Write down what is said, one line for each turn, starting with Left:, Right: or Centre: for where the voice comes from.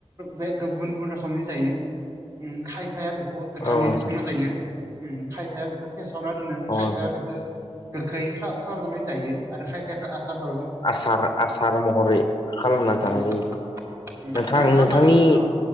Right: बे गुबुन गुबुन रखोमनि जायो खायफाया बेखौ गोथाङैनो
Left: औ नोंथां
Right: संना जा यो ओम खायफाया बेखो फेसावना दोनो
Left: औ
Right: खायफाया
Left: नोंथां
Right: बेखो गोखै खा खालामनानै जायो आरो खायफायाथ' आसार बार
Left: आसार आसार महरै खालामना जाहोयो
Right: उम
Left: नोंथां
Right: उम नोंथाङा
Left: नोंथांनि
Right: मादि अ